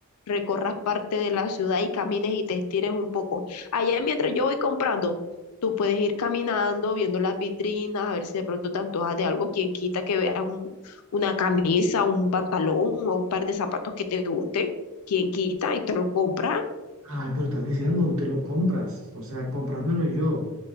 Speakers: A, on the left; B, on the right.
A: recorras parte de la ciudad y camines y te estires un poco. Allá mientras yo voy comprando, tú puedes ir caminando, viendo las vitrinas, a ver si de pronto te antojas de algo, quien quita que veas un- una camisa, un pantalón o un par de zapatos que te guste, quien quita y te los compras
B: Ay, pero estás diciendo, te lo compras, o sea, comprármelo yo.